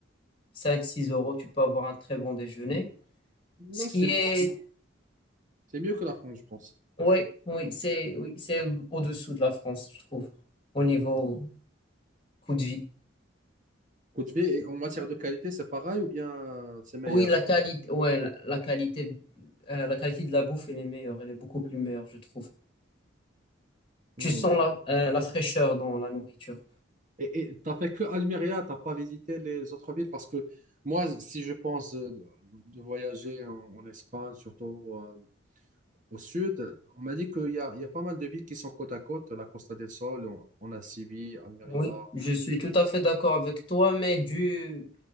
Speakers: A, on the left; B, on the right.
A: cinq six euros, tu peux avoir un très bon déjeuner.
B: Non,
A: Ce qui
B: c'est
A: Ah,
B: c'est-
A: est,
B: c'est mieux que la France, je pense.
A: oui, oui, c'est, oui, c'est au- au-dessous de la France, je trouve, au niveau coût de vie.
B: Côte V, et en matière de qualité, c'est pareil ou bien euh, c'est meilleur?
A: Oui, la qualité, ouais, la, la qualité, euh, la qualité de la bouffe, elle est meilleure, elle est beaucoup plus meilleure, je trouve.
B: Hmm.
A: Tu sens la, euh, la fraîcheur dans la nourriture.
B: Et tu t'as fait que Almeria, t'as pas visité les autres villes parce que moi, si je pense euh, de, de voyager en, en Espagne, surtout euh, Au sud, on m'a dit qu'il y a, il y a pas mal de villes qui sont côte à côte, la Costa del Sol, on, on a Séville, Almeria.
A: Oui, je suis tout à fait d'accord avec toi, mais du